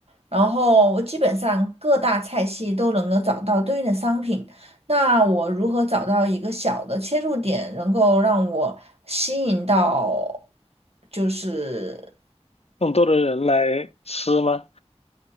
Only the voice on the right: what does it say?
然后基本上各大菜系都能够找到对应的商品。那我如何找到一个小的切入点，能够让我吸引到，就是。